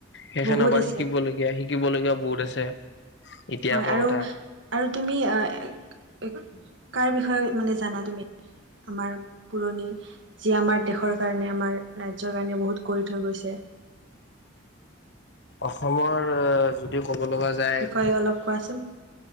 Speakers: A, on the left (about 60°); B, on the right (about 65°).
A: সেইখনবাৰ
B: বহুত আছে
A: শিকিবলগীয়া- শিকিবলগীয়া বহুত আছে। ইতিহাসৰ
B: হয় আৰু-আৰু
A: কথা
B: তুমি অ <unintelligible> কাৰ বিষয়ে মানে জানা তুমি? আমাৰ পুৰণি যিয়ে আমাৰ দেশৰ কাৰণে আমাৰ ৰাজ্যৰ কাৰণে বহুত কৰি থৈ গৈছে।
A: অসমৰ যদি ক'ব লগা যায়
B: বিষয়ে অলপ কোৱাচোন